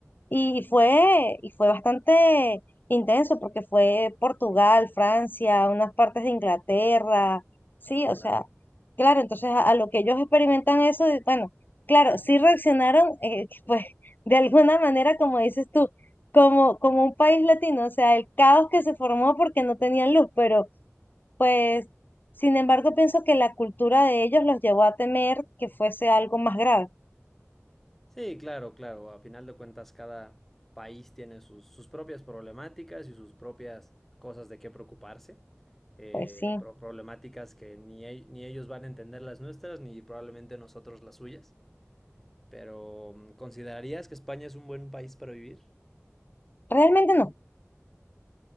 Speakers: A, on the left; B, in the centre.
A: Y fue, y fue bastante intenso porque fue Portugal, Francia, unas partes de Inglaterra, sí,
B: sí,
A: o
B: claro.
A: sea, claro, entonces a, a lo que ellos experimentan eso, y bueno, claro, sí reaccionaron, eh, <laughs> pues de alguna manera, como dices tú, como, como un país latino, o sea, el caos que se formó porque no tenían luz, pero pues, sin embargo, pienso que la cultura de ellos los llevó a temer que fuese algo más grave,
B: Sí, claro, claro. A final de cuentas, cada país tiene sus, sus propias problemáticas y sus propias cosas de qué preocuparse. Eh,
A: pues sí,
B: pro- problemáticas que ni, e- ni ellos van a entender las nuestras, ni probablemente nosotros las suyas. Pero, mm, ¿considerarías que España es un buen país para vivir?
A: realmente no,